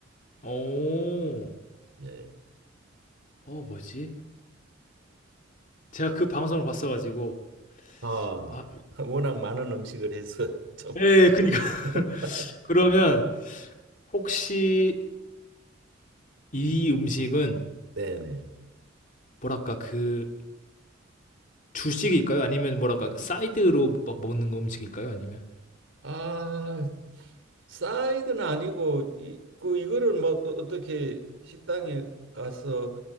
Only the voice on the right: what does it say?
예.
아,
<laughs> 워낙 많은 음식을 해서 좀
<laughs>
네네.
아, 사이드는 아니고 이, 그 이거를 뭐 또 어떻게 식당에 가서